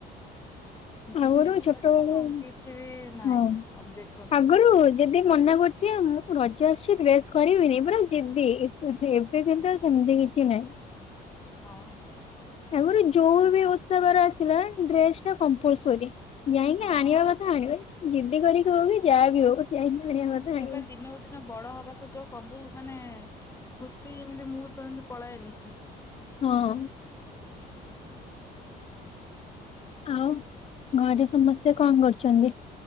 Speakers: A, on the left; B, on the left.
A: ଜିଦି
B: ଆଗରୁ
A: ବି
B: ଛୋଟବେଳେ
A: କରିବୁନୁ କିଛି ବି ନହିଁ
B: ହଁ।
A: ଅବଜେକ୍ସନ।
B: ଆଗରୁ ଯଦି ମନା କରୁଥ ମୁଁ ରଜ ଆସିଛି ଫ୍ରେଶ କରିବିନି ପରା ଯିଦି ଏବେ ଯେ ସେମତି କିଛି ନହିଁ।
A: ହଁ
B: ଏମାନେ ଜଉ ବି ବସ୍ ବା ଅ ଡ୍ରେସ ଟା। କମ୍ପୁଲ ସୀ ଯାଇକି
A: ହଁ।
B: ଆଣିବା କଥା ଆଣିବା। ଜିଦି କରିକି ହଉ କି ଯାହା ବିି ହଉ। ଯାଇକି ଆଣିବା କଥା ଆଣିବ।
A: ଏ ବା ଦିନକୁ ଦିନ ବଡ ହବା ସହିତ ସବୁ ମାନେ ଖୁସି ଯେମିତି ମୁଁ ତ ଏମିତି ପଳାଏନି।
B: ହଁ। ଆଉ ଘରେ ସମସ୍ତେ କଣ କରୁଛନ୍ତି।